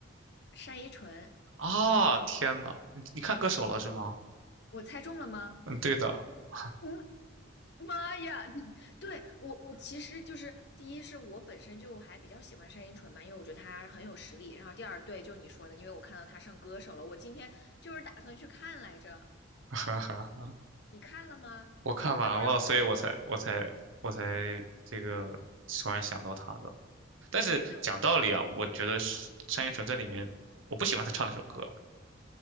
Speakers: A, on the left; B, on the right.
A: 单依纯，
B: 啊，天呐，你你看歌手了是吗？
A: 我猜中了吗？
B: 嗯，对的，<laughs>
A: 嗯，妈呀！<laughs> 对，我，我其实就是第一是我本身就还比较喜欢单依纯嘛，因为我觉得她很有实力。然后第二，对，就你说的，因为我看到她上歌手了，我今天就是打算去看来着。
B: 哈哈，
A: 你看了吗？
B: 我看完了，
A: 要不然我们，
B: 所以我才我才我才这个突然想到他的。但是讲道理啊，
A: 那我
B: 我觉得是单依纯在里面，我不喜欢她唱那首歌。